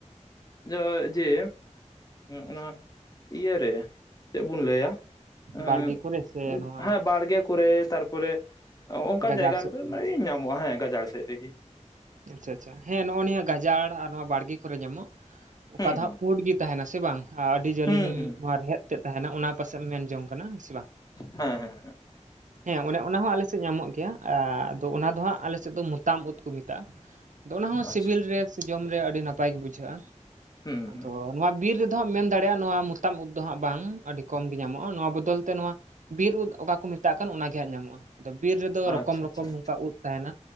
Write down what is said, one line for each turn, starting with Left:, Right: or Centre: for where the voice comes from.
Left: ᱡᱟ ᱡᱮ ᱚᱱᱟ ᱤᱭᱟᱹᱨᱮ ᱪᱮᱫ ᱵᱚᱱ ᱞᱟᱹᱭᱟ ᱮᱸ
Right: ᱵᱟᱲᱜᱮ ᱠᱚᱨᱮ ᱥᱮ
Left: ᱦᱮᱸ
Right: ᱱᱚᱣᱟ
Left: ᱦᱟ ᱵᱟᱲᱜᱮ ᱠᱚᱨᱮ ᱛᱟᱨᱯᱚᱨᱮ ᱚᱱᱠᱟᱱ
Right: ᱜᱟᱡᱟᱲ
Left: ᱡᱟᱭᱜᱟ
Right: ᱥᱮᱫ
Left: ᱨᱮᱜᱮ
Right: ᱠᱚᱨᱮ
Left: ᱧᱟᱢᱚᱜᱼᱟ ᱦᱮᱸ ᱜᱟᱡᱟᱲ ᱥᱮᱜ ᱨᱮᱜᱮ ᱾
Right: ᱟᱪᱪᱷᱟ ᱟᱪᱪᱷᱟ ᱦᱮᱸ ᱱᱚᱜᱚ ᱱᱤᱭᱟᱹ ᱜᱟᱡᱟᱲ ᱟᱨ ᱱᱚᱣᱟ ᱵᱟᱲᱜᱮ ᱠᱚᱨᱮ ᱧᱟᱢᱚᱜ ᱚᱠᱟ
Left: ᱦᱩᱸ
Right: ᱫᱚ
Left: ᱦᱩᱸ
Right: ᱦᱟᱸᱜ ᱯᱩᱸᱰ ᱜᱮ ᱛᱟᱦᱮᱱᱟ ᱥᱮ ᱵᱟᱝ ᱟᱹᱰᱤ ᱡᱟᱹᱞᱤᱧ
Left: ᱦᱩᱸ
Right: ᱨᱮᱦᱮᱫ ᱛᱮᱫ ᱛᱟᱦᱮᱱᱟ ᱚᱱᱟ ᱯᱟᱥᱮᱢ ᱢᱮᱱ ᱡᱚᱝ ᱠᱟᱱᱟ ᱥᱮ ᱵᱟ?
Left: ᱦᱮᱸ ᱦᱮᱸ ᱦᱮᱸ
Right: ᱦᱮᱸ ᱚᱱᱮ ᱚᱱᱟ ᱦᱚᱸ ᱟᱞᱮᱥᱮᱜ ᱧᱟᱢᱚᱜ ᱜᱮᱭᱟ ᱟᱫᱚ ᱚᱱᱟ ᱫᱚ ᱦᱟᱸᱜ ᱟᱞᱮᱥᱮᱫ ᱫᱚ ᱢᱚᱛᱟᱢ ᱩᱫ ᱠᱚ ᱢᱮᱫ ᱛᱟ ᱟ ᱟᱫᱚ ᱚᱱᱟ ᱦᱚᱸ
Left: ᱟᱪᱪᱷᱟ
Right: ᱥᱤᱵᱤᱞ ᱨᱮ ᱥᱮ ᱡᱚᱢ ᱨᱮ ᱟᱹᱰᱤ ᱱᱟᱯᱟᱭ ᱜᱮ ᱵᱩᱡᱷᱟᱹᱜᱼᱟ᱾
Left: ᱦᱩᱸ
Right: ᱟᱫᱚ
Left: ᱦᱩᱸ
Right: ᱱᱚᱣᱟ ᱵᱤᱨ ᱨᱮᱫᱚ ᱦᱟᱸᱜ ᱢᱮᱱ ᱫᱟᱲᱮᱭᱟᱜᱼᱟ ᱱᱚᱣᱟ ᱢᱚᱛᱟᱢ ᱩᱫ ᱫᱚ ᱦᱟᱸᱜ ᱵᱟᱝ ᱟᱹᱰᱤ ᱠᱚᱢ ᱜᱮ ᱧᱟᱢᱚᱜᱼᱟ ᱱᱚᱣᱟ ᱵᱚᱫᱚᱞ ᱛᱮ ᱱᱚᱣᱟ ᱵᱤᱨ ᱩᱫ ᱚᱠᱟ ᱠᱚ ᱢᱮᱛᱟᱜ ᱠᱟᱱᱟ ᱚᱱᱟ ᱜᱮ ᱦᱟᱸᱜ ᱧᱟᱢᱚᱜᱼᱟ ᱾ ᱟᱫᱚ ᱵᱤᱨ ᱨᱮᱫᱚ ᱨᱚᱠᱚᱢ
Left: ᱟᱪᱪᱷᱟ
Right: ᱨᱚᱠᱚᱢ
Left: ᱟᱪᱪᱷᱟ
Right: ᱱᱚᱝᱠᱟ ᱩᱫ ᱛᱟᱸᱦᱮᱱᱟ